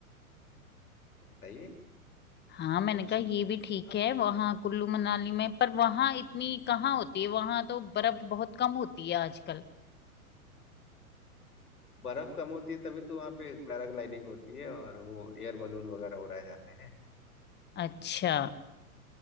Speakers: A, on the left (about 85°); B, on the left (about 25°).
A: बताइए
B: हाँ मैंने
A: कुछ
B: कहा ये भी ठीक
A: आप
B: है वहाँ कुल्लू मनाली में पर वहाँ इतनी कहाँ होती है वहाँ तो बर्फ बहुत कम होती है आजकल
A: बर्फ कम होती है तभी तो वहां पे पैराग्लाइडिंग होती है और वो एयर बलून वगैरह उड़ाए जाते हैं
B: अच्छा